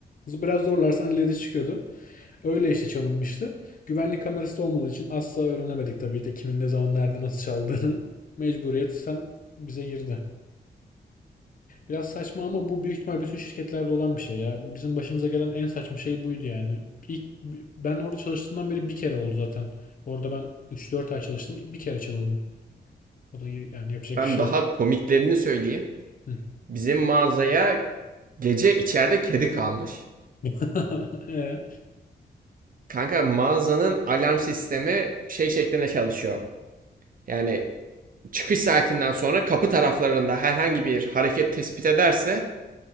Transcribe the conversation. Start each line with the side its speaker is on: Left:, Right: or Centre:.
Left: Biraz zorlarsan elle de çıkıyordu. Öyle işte çalınmıştı. Güvenlik kamerası da olmadığı için asla öğrenemedik tabii de kimin ne zaman nerede nasıl çaldığını. <laughs> Mecburiyetten bize girdi. Biraz saçma ama bu büyük ihtimal bütün şirketlerde olan bir şey ya. Bizim başımıza gelen en saçma şey buydu yani. İlk ben orada çalıştığımdan beri bir kere oldu zaten. Orada ben üç dört ay çalıştım. Bir kere çalındı. O da y- yani yapacak
Right: Ben
Left: bir şey
Right: daha
Left: yok.
Right: komiklerini söyleyeyim.
Left: Hı.
Right: Bizim mağazaya gece içeride kedi kalmış.
Left: <laughs> Ee?
Right: Kanka mağazanın alarm sistemi şey şeklinde çalışıyor. Yani çıkış saatinden sonra kapı taraflarında herhangi bir hareket tespit ederse